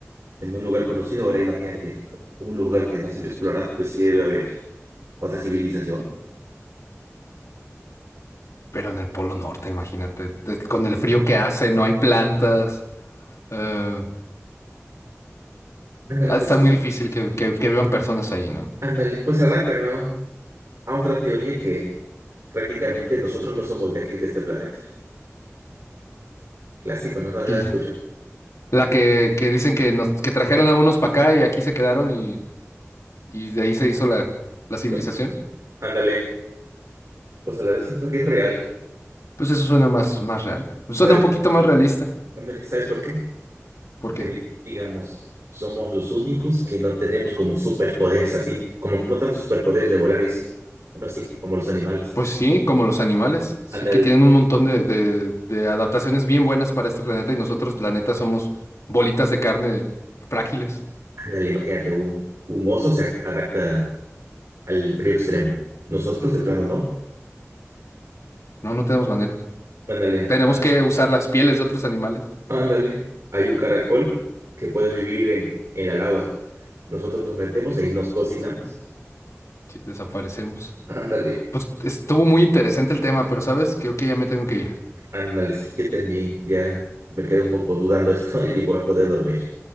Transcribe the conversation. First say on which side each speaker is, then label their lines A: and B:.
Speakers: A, on the right (about 65°); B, on the left (about 70°).
A: en un lugar conocido. Ahora imagínate un lugar que no ha sido explorado, pues sí debe haber otra civilización.
B: Pero en el Polo Norte, imagínate, te- con el frío que hace, no hay plantas. eh,
A: Ándale,
B: ha de
A: pues,
B: estar muy difícil que, que- que vivan personas ahí, ¿no?
A: ándale, pues se adaptan, ¿no? A otra teoría que Prácticamente nosotros no somos de aquí, de este planeta. Clásico, ¿no? ¿No se
B: Y
A: la escucha?
B: la que, que dicen que nos, que trajeron a unos para acá y aquí se quedaron y, y de ahí se hizo la, la civilización.
A: No. Ándale. Pues a la vez siento que es real.
B: Pues eso suena más, más real. Suena
A: ¿Sabes?
B: un poquito más realista.
A: Ándale, ¿sabes por qué?
B: porque
A: Porque, di- digamos, somos los únicos que no tenemos como superpoderes así. Como no tantos superpoderes de volar y eso. Bueno, sí, como los animales.
B: Pues sí, como los animales, sí,
A: Ándale,
B: que tienen un montón de, de- de adaptaciones bien buenas para este planeta y nosotros, la neta, somos bolitas de carne frágiles.
A: ándale, imagínate, un, un oso se a- adapta al frío extremo. Nosotros de plano no.
B: No, no tenemos manera.
A: Ándale,
B: Tenemos
A: a- a-
B: que usar las pieles de otros animales.
A: Ándale, hay un caracol que puede vivir en, en la lava. Nosotros nos metemos ahí, nos cocinamos.
B: Sí, desaparecemos.
A: Ándale,
B: Pues estuvo muy interesante el tema, pero sabes, creo que ya me tengo que ir.
A: ándale, sí, yo también. Ya me quedo un poco dudando esto <laughs> y ni voy a poder dormir.